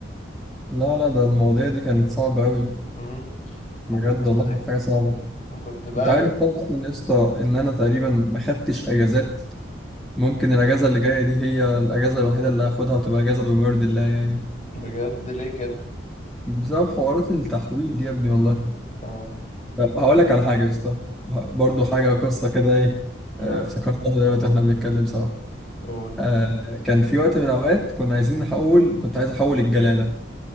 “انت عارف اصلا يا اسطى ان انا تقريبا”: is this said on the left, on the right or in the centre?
Centre